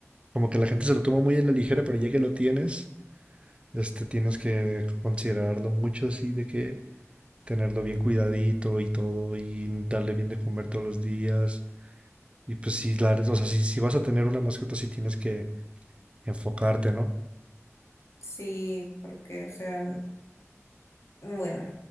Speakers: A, on the right (about 25°); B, on the left (about 65°).
A: como que la gente se lo toma muy en la ligera, pero ya que lo tienes. Este tienes que considerarlo mucho, así de que tenerlo bien cuidadito y todo, y darle bien de comer todos los días. Y pues si la, o sea, si, si vas a tener una mascota, sí tienes que enfocarte, ¿no?
B: sí, porque, o sea, Bueno,